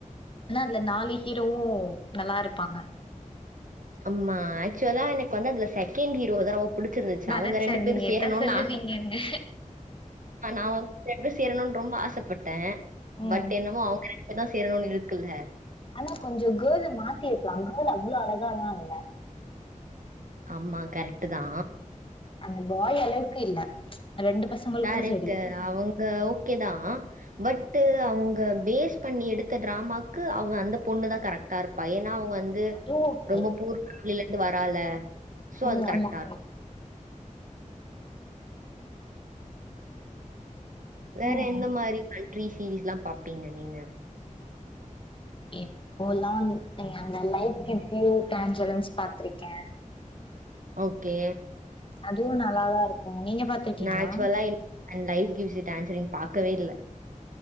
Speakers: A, on the left; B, on the right.
A: ஆனா அதுல நாலு ஹீரோவு நல்லா இருப்பாங்க
B: அமா ஆக்சுவலா எனக்கு வந்து அதுல செகண்ட் ஹீரோ தா ரொம் புடிச்சிருந்துச்சு
A: நெனச்சே
B: அவுங்க ரெண்டு பேரும்
A: நீங்க
B: சேரணுன்னு
A: எதா சொல்லுவீங்கன்னு
B: ஆச ந வ எப்டியாது சேரணுன்னு ரொம்ப ஆசைப்பட்ட
A: ம்
B: பட் என்னமோ அவுங்க ரெண்டு பேர் தா சேரணுன்னு இருக்குல்ல
A: ஆனா கொஞ்ச கேல் மாத்தி இருக்கலாம கேல் அவ்ளோ அழகாலா இல்ல
B: ஆமா கரெக்ட்டு தா
A: அந்த பாய் அளவுக்கு இல்ல ரெண்டு பசங்களுக்கு
B: கரெக்ட்டு
A: செரி
B: அவுங்க ஓகே தா பட் அவுங்க பேஸ் பண்ணி எடுத்த டிராமாக்கு அவ அந்த பொண்ணு தான் கரெக்டா இருக் பையனா அவங்க வந்து
A: அது ஓகே
B: ரொம்ப பூர்விலேருந்து வரால சோ
A: ம்
B: அது கரெக்ட்டா
A: ஆமா
B: இருக்கும்.
A: ஆமா
B: வேற
A: ம்
B: எந்த மாரி கண்ட்ரி சீரீஸ்ல்லா பாப்பீங்க நீங்க
A: இப்போல்லா வந்து அந்த லைட்டு பியு டேன்ஞ்ரஸ் பாத்துருக்கே
B: ஓகே
A: அதுவு நல்லாதா இருக்கு நீங்க பாத்துருக்கிங்களா
B: நான் ஆக்சுவலா அண்ட் லைஃப் கிவஸ் டான்ஸரிங் பாக்கவே இல்ல